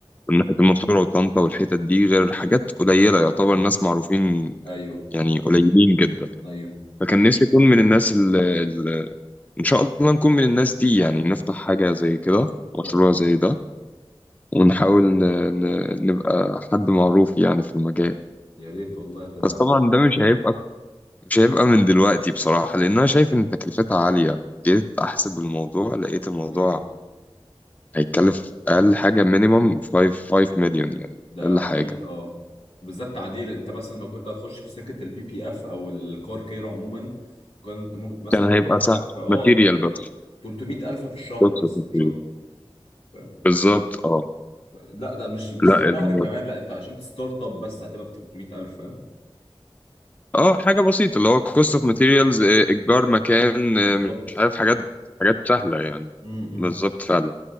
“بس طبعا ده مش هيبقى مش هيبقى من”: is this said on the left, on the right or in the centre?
Left